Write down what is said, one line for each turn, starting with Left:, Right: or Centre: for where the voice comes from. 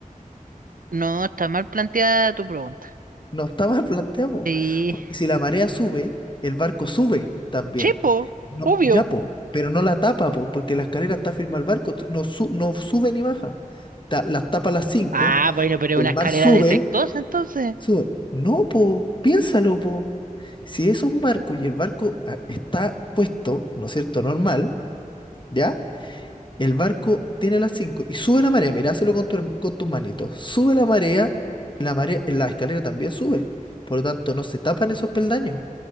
Right: No, está mal planteada tu pregunta.
Left: No está mal planteado, po,
Right: Sí.
Left: porque si la marea sube, el barco sube también.
Right: Sí, pu.
Left: No,
Right: Obvio.
Left: ya, po, pero no la tapa, po, porque la escalera está firme al barco, t- no, su- no sube ni baja. Ta- las tapa las cinco
Right: Ah, bueno, pero es
Left: el
Right: una escalera
Left: mar sube,
Right: defectuosa entonces.
Left: sube. No, po, piénsalo, po. Si es un barco y el barco ah, está puesto, ¿no es cierto? Normal, ¿ya? El barco tiene las 5 y sube la marea, miráselo con tu, herm- con tus manitos. Sube la marea, la marea, la escalera también sube. Por lo tanto, no se tapan esos peldaños.